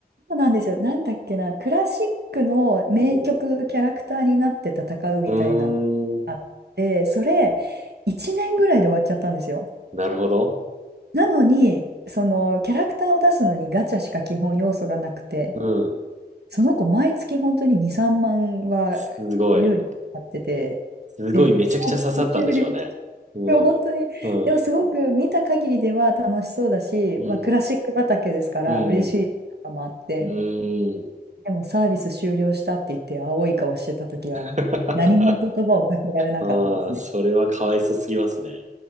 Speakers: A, on the right (about 70°); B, on the right (about 45°).
A: そうなんですよ。なんだっけな、クラシックの名曲キャラクターになって戦うみたいなのがあって、
B: うん。うーん。
A: それ1年ぐらいで終わっちゃったんですよ。
B: なるほど。
A: なのに、そのキャラクターを出すのにガチャしか基本要素がなくて、
B: うん。
A: その子毎月本当に2、3万は
B: すごい。
A: 優にやってて、
B: すごい、
A: で、
B: めちゃくちゃ刺さったんでしょうね。
A: サービス終了。
B: うん。
A: でも本当に、
B: うん。
A: でもすごく見た限りでは楽しそうだし、
B: うん。
A: まあ、クラシック畑ですから嬉しいとかもあって。
B: うん。うん。うーん。
A: でもサービス終了したって言って青い顔してた時はもう何も言葉をかけられなかったですね。
B: <laughs> ああ、それはかわいそすぎますね。